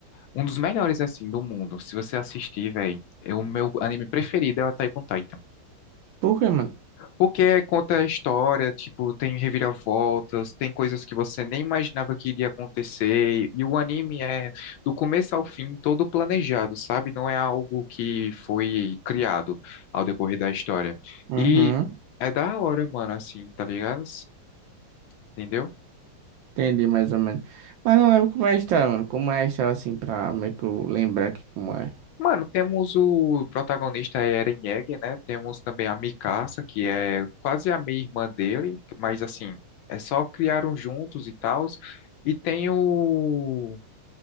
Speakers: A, on the left; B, on the right.
A: Um dos melhores, assim, do mundo. Se você assistir, velho, é o meu anime preferido é o Attack on Titan.
B: Por quê, mano?
A: Porque conta a história, tipo, tem reviravoltas, tem coisas que você nem imaginava que iria acontecer. E o anime é, do começo ao fim, todo planejado, sabe? Não é algo que foi criado ao decorrer da história.
B: Uhum,
A: E é da hora, mano, assim, tá ligado? Entendeu?
B: entendi mais ou menos. Mas não lembro como é a história, mano. Como é a história, assim, pra meio que eu lembrar aqui como é.
A: Mano, temos o protagonista é Eren Yeager, né? Temos também a Mikasa, que é quase a meia-irmã dele, mas assim, é só criaram juntos e tals. E tem o,